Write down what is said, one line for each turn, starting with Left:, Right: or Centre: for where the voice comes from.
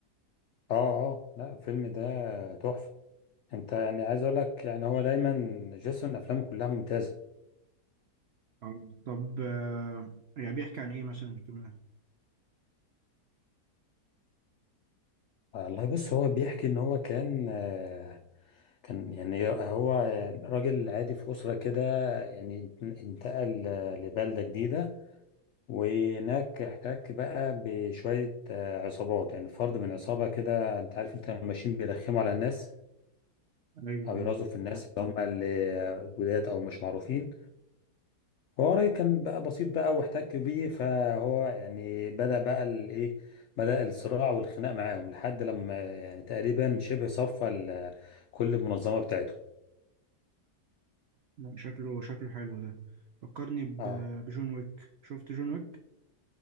Left: اه اه لا الفيلم ده تحفة انت يعني عايز اقول لك يعني هو دايما جيسون افلامه كلها ممتازة
Right: اه طب آه، يعني بيحكي عن ايه مثلا الفيلم ده؟
Left: والله بص هو بيحكي ان هو كان آه، كان يعني هو راجل عادي في أسرة كده يعني انتقل آه، لبلدة جديدة وهناك احتك بقى بشوية آه، عصابات يعني فرد من عصابة كده انت عارف انت لما ماشيين بيرخموا على الناس
Right: ايوه
Left: او يرازوا
Right: ايوه
Left: في الناس اللي هم اللي جداد او مش معروفين فهو رأيي كان بقى بسيط بقى واحتك بيه فهو يعني بدأ بقى الايه بدأ الصراع والخناق معاهم لحد لما يعني تقريبا شبه صفى ال- كل المنظمة بتاعته
Right: لا شكله شكله حلو ده فكرني ب-
Left: اه
Right: بجون ويك شفت جون ويك